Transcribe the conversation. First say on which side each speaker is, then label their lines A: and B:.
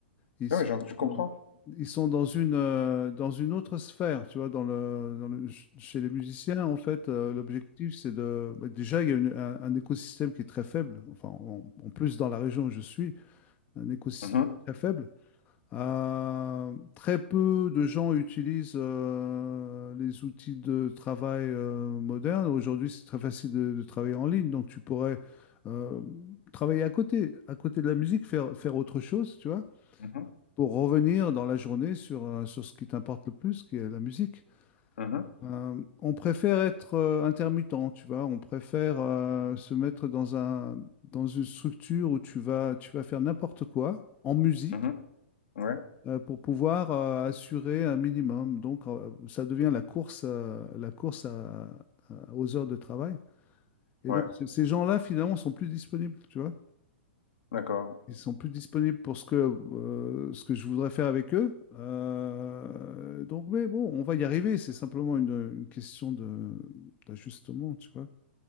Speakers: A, on the left; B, on the left.
A: Ils
B: Non,
A: sont
B: mais j'en- je comprends.
A: dans, ils sont dans une, euh, dans une autre sphère, tu vois, dans le, dans le- ch- chez les musiciens, en fait, euh, l'objectif, c'est de... bah, Déjà, il y a une- un, un écosystème qui est très faible, enfin, en, en plus, dans la région où je suis, un écosystème
B: Mhm,
A: très faible. Euh, très peu de gens utilisent euh, les outils de travail euh, modernes. Aujourd'hui, c'est très facile de, de travailler en ligne, donc tu pourrais euh, travailler à côté, à côté de la musique, faire, faire autre chose, tu vois
B: mhm,
A: pour revenir dans la journée sur, euh, sur ce qui t'importe le plus, qui est la musique.
B: mhm,
A: Euh, on préfère être euh, intermittent, tu vois, on préfère euh, se mettre dans un, dans une structure où tu vas, tu vas faire n'importe quoi en musique
B: mhm. Ouais,
A: euh, pour pouvoir euh, assurer un minimum. Donc, euh, ça devient la course, euh, la course à- à- aux heures de travail. Et
B: ouais,
A: donc, c- ces gens-là, finalement, sont plus disponibles, tu vois.
B: d'accord.
A: Ils sont plus disponibles pour ce que, euh, ce que je voudrais faire avec eux. Euh, donc, mais bon, on va y arriver. C'est simplement une, une question de, d'ajustement, tu vois.